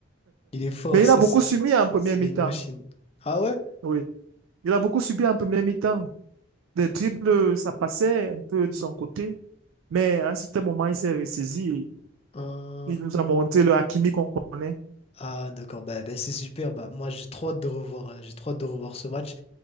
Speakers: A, on the left; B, on the right.
A: Il est fort,
B: Mais
A: c'est
B: il a beaucoup subi en première
A: c'est
B: mi-temps.
A: une machine. Ah ouais?
B: Oui, il a beaucoup subi en première mi-temps. Des dribbles,
A: Mmh.
B: ça passait un peu de son côté. Mais à un certain moment, il s'est ressaisi.
A: Ah.
B: Il nous a montré le Hakimi qu'on connaît.
A: Ah, d'accord, bah, bah, c'est super. Bah, moi, j'ai trop hâte de revoir, hein, j'ai trop hâte de revoir ce match.